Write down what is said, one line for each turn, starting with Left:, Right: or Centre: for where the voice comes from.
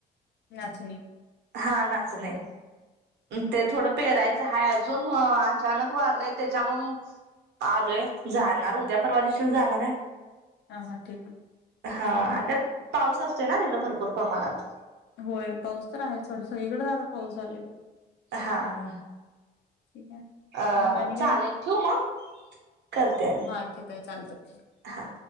Left: नाचणी.
Right: हा नाचणे. ते थोडं पेरायचं आहे अजून मग अचानक
Left: हा
Right: वारलेय त्याच्या मग आलोय जाणार उद्या परवादेशील जाणार आहे.
Left: हा ठीक आहे
Right: हा..
Left: चाल
Right: आणि त्यात पाऊस असतोय ना तिकडं भरपूर प्रमाणात
Left: होय पाऊस तर आहे थोडासा सगळीकडे आता पाऊस झालेय.
Right: हां
Left: ठीक आहे.
Right: अ...
Left: मग आणि काय
Right: चालेल ठेवूं मग करते आणि
Left: हा ठीक आहे. चालतं
Right: हां